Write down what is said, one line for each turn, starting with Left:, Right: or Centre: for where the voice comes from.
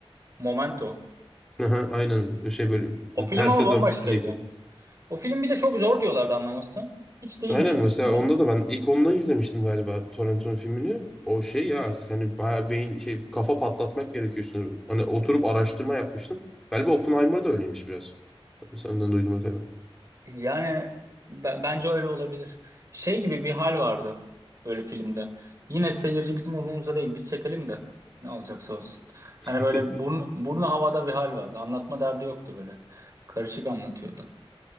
Right: Momento.
Centre: E, <laughs> aha, aynen şey böyle
Right: O film
Centre: terse
Right: ama bambaşkaydı.
Centre: dönme diyecek.
Right: O film bir de çok zor diyorlardı anlaması. Hiç değilmiş
Centre: Aynen
Right: aslında.
Centre: mesela onda da ben ilk ondan izlemiştim galiba Torrentino filmini. O şey ya artık hani bayağı beyin şey kafa patlatmak gerekiyor üstüne. Hani oturup araştırma yapmıştım. Galiba Oppenheimer da öyleymiş biraz. Senden duyduğuma kadar.
Right: Yani be- bence öyle olabilir. Şey gibi bir hal vardı böyle filmde. Yine seyirci bizim umurumuzda değil. Biz çekelim de ne olacaksa olsun.
Centre: <laughs>
Right: Hani böyle burnu, burnu havada bir hal vardı. Anlatma derdi yoktu böyle. Karışık anlatıyordu.